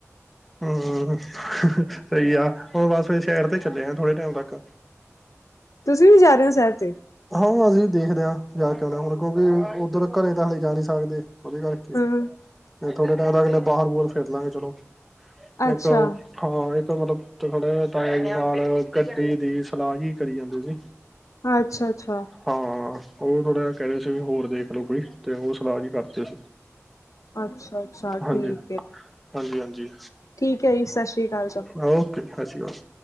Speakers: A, in the centre; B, on the left (about 80°).
A: ਹਮ ਸਹੀ ਆ ਹੁਣ ਬਸ ਫ ਸ਼ਹਿਰ ਤੇ ਚੱਲੇ ਆ ਥੋੜੇ ਟਾਈਮ ਤੱਕ
B: ਤੁਸੀਂ ਵੀ ਜਾ ਰਹੇ ਹੋ ਸ਼ਹਿਰ ਤੇ
A: ਹਾਂ ਅਸੀਂ ਦੇਖਦੇ ਹਾਂ ਜਾ ਕੇ ਆਉਣਾ ਹੁਣ ਕਿਉਂਕਿ ਉੱਧਰ ਘਰੇ ਤਾਂ ਹਲੇ ਜਾ ਨਹੀਂ ਸਕਦੇ। ਉਹਦੇ ਕਰਕੇ
B: ਹੂੰ
A: ਮ ਥੋੜੇ ਟਾਈਮ ਦਾ ਬਾਹਰ ਬਹਰ ਫਿਰ ਲਾਂਗੇ ਚਲੋ
B: ਅੱਛਾ
A: ਇੱਕ ਹਾਂ ਇੱਕ ਮਤਲਬ ਥੋੜੇ ਟੈਮ ਨਾਲ ਗੱਡੀ ਦੀ ਸਲਾਹ ਹੀ ਕਰੀ ਜਾਂਦੀ ਸੀ।
B: ਅੱਛ ਅੱਛਾ।
A: ਹਾਂ ਉਹ ਥੋੜ੍ਹਾ ਜਿਹਾ ਕਹਿ ਰਹੇ ਸੀ ਵੀ ਹੋਰ ਦੇਖਲੋ ਕੋਈ ਤੇ ਉਹ ਸਲਾਹ ਜਹੀ ਕਰਤੇ ਸੀ।
B: ਅੱਛਾ ਅੱਛਾ
A: ਹਾਂਜੀ
B: ਠੀਕ ਹੈ ਜੀ।
A: ਹਾਂਜੀ ਹਾਂਜੀ।
B: ਠੀਕ ਹੈ ਜੀ। ਸ੍ਰੀ ਅਕਾਲ ਚਲੋ
A: ਓਕੇ ਸਤ ਸ਼੍ਰੀ ਆਕਾਲ ਜੀ।